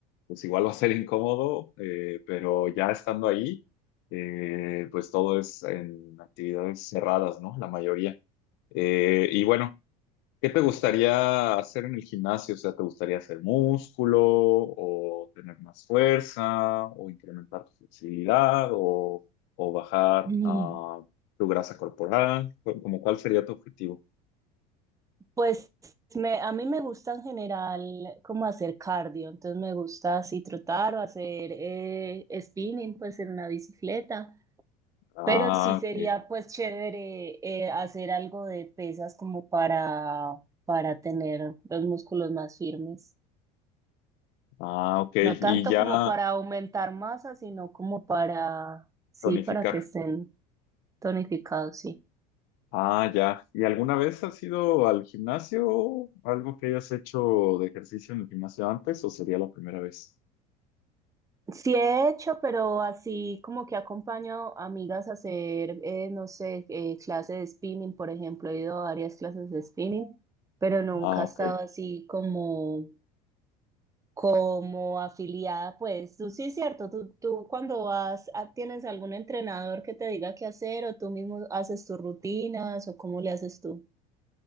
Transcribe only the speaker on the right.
Mm.
Pues me, a mí me gusta en general como hacer cardio, entonces me gusta así trotar o hacer eh, spinning pues en una bicicleta,
pero sí sería
pues chévere eh, hacer algo de pesas como para, para tener los músculos más firmes,
no tanto
como para aumentar masa, sino como para, sí,
para que estén tonificados, sí.
Sí he hecho, pero así como que acompaño a amigas a hacer, eh, no sé, eh, clases de spinning, por ejemplo, he ido a varias clases de spinning, pero nunca
he
estado así como, como afiliada, pues tú sí es cierto, tú, tú cuando vas, a- ¿tienes algún entrenador que te diga qué hacer o tú mismo haces tus rutinas o cómo le haces tú?